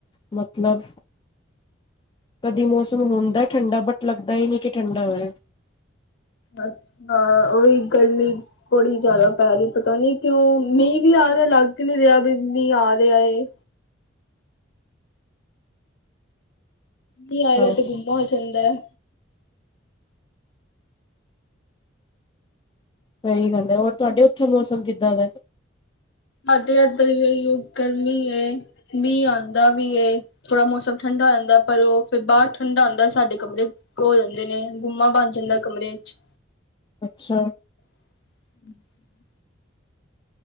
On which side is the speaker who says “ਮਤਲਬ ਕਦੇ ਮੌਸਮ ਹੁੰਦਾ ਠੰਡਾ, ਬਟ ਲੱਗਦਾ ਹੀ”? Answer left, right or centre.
Left